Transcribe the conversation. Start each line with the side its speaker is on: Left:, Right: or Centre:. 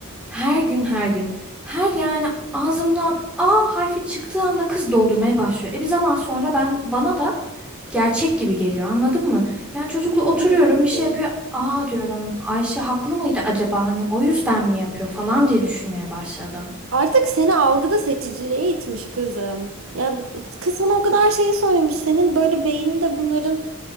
Centre: her gün her gün her yani ağzımdan A harfi çıktığı anda kız doldurmaya başlıyor. E bir zaman sonra ben bana da gerçek gibi geliyor anladın mı? Yani çocukla oturuyorum
Right: Tabii
Centre: bir şey
Right: ki.
Centre: yapıyor. Aa diyorum Ayşe haklı mıydı acaba hani o yüzden mi yapıyor falan diye düşünmeye başladım.
Right: Artık seni algıda seçiciliğe itmiş kızım. Ya kız sana o kadar şey söylemiş. Senin böyle beyninde bunların